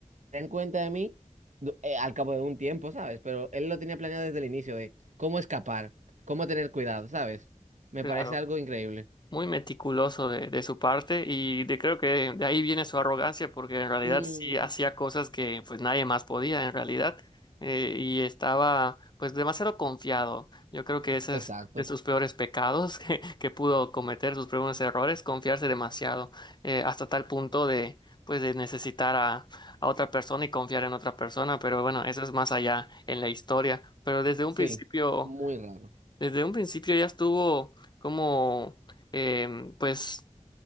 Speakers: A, on the right; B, on the left.
A: darán cuenta de mí du- eh, al cabo de un tiempo, ¿sabes? Pero él lo tenía planeado desde el inicio de cómo escapar, cómo tener cuidado, ¿sabes? Me
B: claro.
A: parece algo increíble.
B: muy meticuloso de, de su parte y de, creo que de ahí viene su arrogancia porque en realidad
A: Mm,
B: sí hacía cosas que pues nadie más podía en realidad eh, y estaba pues demasiado confiado. Yo creo que ese
A: exacto,
B: es de sus peores pecados <laughs> que, que pudo cometer, sus primeros errores, confiarse demasiado eh, hasta tal punto de pues de necesitar a, a otra persona y confiar en otra persona, pero bueno, eso es más allá en la historia, pero desde un
A: sí,
B: principio
A: muy raro.
B: desde un principio ya estuvo como, em, pues,